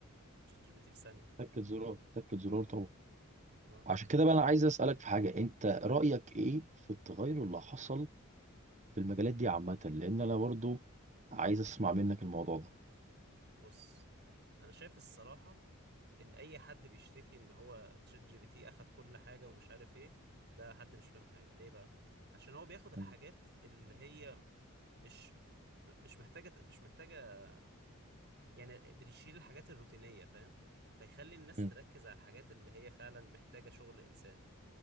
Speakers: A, on the right; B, on the right.
A: تشات جي بي تي في ثانية
B: تكت زرار تكت زرار طبعا
A: اه
B: عشان كده بقى انا عايز اسالك في حاجه انت رايك ايه في التغير اللي حصل في المجالات دي عامه لان انا برضو عايز اسمع منك الموضوع ده
A: بص انا شايف الصراحة ان اي حد بيشتكي ان هو تشات جي بي تي اخد كل حاجة ومش عارف ايه ده حد مش فاهم حاجة ليه بقى عشان هو بياخد الحاجات
B: مم.
A: اللي هي مش م- مش محتاجة مش محتاجة يعني بتشيل الحاجات الروتينية فاهم فيخلي الناس
B: مم.
A: تركز على الحاجات اللي هي فعلا محتاجة شغل انسان